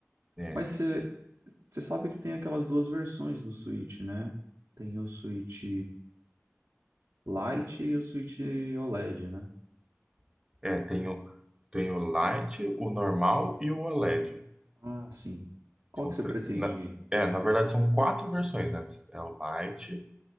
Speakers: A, on the right; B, on the right.
A: né?
B: Mas você você sabe que tem aquelas duas versões do Switch, né? Tem o Switch Lite e o Switch OLED, né?
A: É, é, tem o, tem o Lite, o normal e o OLED.
B: Ah, sim. Qual
A: São
B: que você
A: três.
B: pretende?
A: Na, é, na verdade são quatro versões, né? É o Lite,